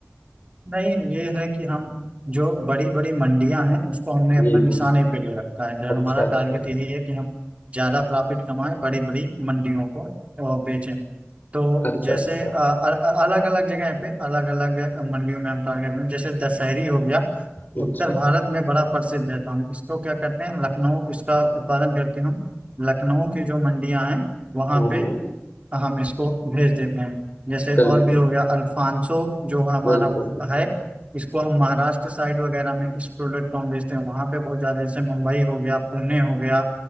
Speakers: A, on the right; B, on the left.
A: नहीं ये है कि हम जो बड़ी बड़ी मंडियां हैं उसको हमने
B: जी
A: अपना निशाने
B: जी
A: पे ले रखा है जो
B: अच्छा
A: हमारा
B: अच्छा
A: टारगेट यही है कि हम ज्यादा प्रॉफिट कमाएं बड़ी बड़ी मंडियों को और बेचें तो
B: अच्छा,
A: जैसे
B: अच्छा।
A: अलग अलग जगह पे अलग अलग मंडियों में हम टारगेट दें जैसे दशहरी हो गया
B: अच्छा।
A: उत्तर भारत में बड़ा प्रसिद्ध है तो हम इसको क्या करते हैं लखनऊ इसका उत्पादन करके हम लखनऊ की जो मंडियां हैं वहां
B: हाँ,
A: पे
B: हाँ।
A: तो हम इसको भेज देते हैं जैसे
B: बिल्कुल,
A: और भी हो गया अल्फांसो जो हमारा
B: बिल्कुल, बिल्कुल,
A: है इसको हम महाराष्ट्र साइड वगैरह में इस प्रोडक्ट को हम भेजते हैं वहाँ पे बहुत ज़्यादा जैसे मुंबई हो गया पुणे हो गया